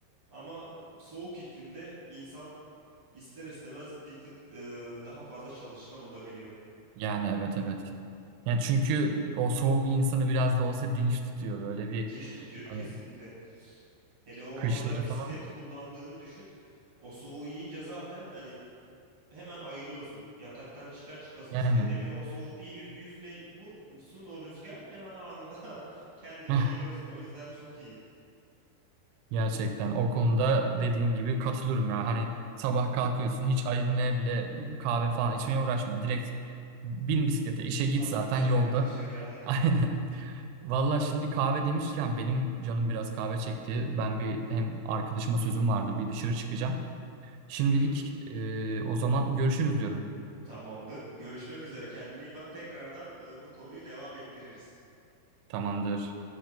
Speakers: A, on the right (about 45°); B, on the right (about 80°).
A: Ama soğuk iklimde insan ister istemez bir tık e, daha fazla çalışkan olabiliyor.
B: Yani evet evet. Yani çünkü o soğuk insanı biraz da olsa dinç tutuyor böyle bir
A: Dinç tutuyor
B: hani
A: kesinlikle. Hele o
B: kışları
A: havada bisiklet
B: falan.
A: kullandığını düşün. O soğuğu yiyince zaten hani hemen ayılıyorsun. Yataktan çıkar çıkmaz
B: Yani
A: bisiklete bin. O soğuğu bir yüz, yüzüne vursun o rüzgar hemen anında <laughs> kendine
B: eh,
A: geliyorsun. O yüzden çok iyi.
B: gerçekten o konuda dediğin gibi katılıyorum ya. Hani sabah kalkıyorsun hiç ayılmaya bile kahve falan içmeye uğraşma. Direkt bin bisiklete işe git
A: At
B: zaten
A: kendini
B: yolda.
A: dışarı
B: <laughs>
A: ayrı.
B: Aynen. Valla şimdi kahve demişken benim canım biraz kahve çekti. Ben bir hem arkadaşıma sözüm vardı bir dışarı çıkacağım. Şimdilik
A: Hı hı,
B: e, o zaman görüşürüz diyorum.
A: Tamamdır. Görüşmek üzere. Kendine iyi bak. Tekrardan e, bu konuyu devam ettiririz.
B: Tamamdır.